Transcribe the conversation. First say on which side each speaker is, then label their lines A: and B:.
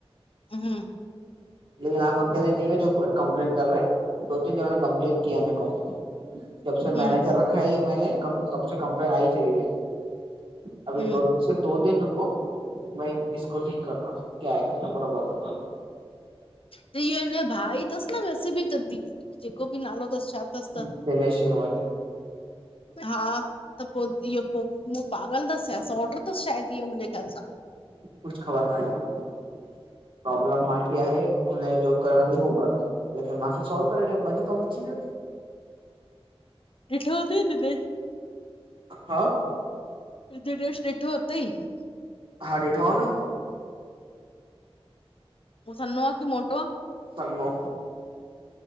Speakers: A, on the left (about 65°); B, on the right (about 55°).
A: हम्म।
B: लेकिन आप अकेले नहीं है जो कंप्लेन कर रहे है, दो तीन जनों नें कंप्लेन कीया मेरे को। जब
A: हूं
B: मैनेजर रखा ह मे तब कंप्लेन आई च <unintelligible> अभी
A: हूं
B: त <unintelligible> स दो दिन रुको इको ठीक कर करा <unintelligible>
A: त इहो हिनज भाउ ई अथसि न वैसे बि त, जेको बि नालो अथसि छा तस
B: हूँ।
A: त
B: दिनेश शिरवानी
A: हा <unintelligible> त पो इहो पो मूं पागल थसि छा, सौट्र थसि शायदि इहो मुंहिंजे ख़्याल सां!
B: कुझु ख़बर काने। प्रोब्लम माखे आहे हि कोन, जो करणो थई हो कर लेकिन मूंखे सोल्व करे ॾियो, मांजो कमु थी वियो।
A: ॾिठो अथ‌ई तिने <unintelligible>
B: अआ <inaudible>
A: दिनेश ॾिठो हुतेई <unintelligible>
B: हा ॾिठो आ न
A: हू सनो आ की मोटो आ?
B: सनो